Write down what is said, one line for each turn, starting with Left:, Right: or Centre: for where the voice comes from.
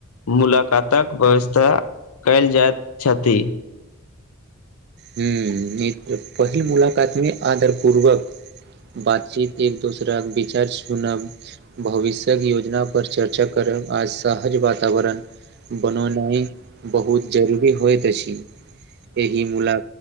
Left: मुलाकातक व्यवस्था कयल जाइत छथि
Right: हूं पहिल मुलाकात मे आदर पूर्वक बातचीत एक दोसराक विचार सुनब भविष्य्यक योजना पर चर्चा करब आज सहज वातावरण बनौनाइ बहुत जरूरी होइत अछि एहि मुला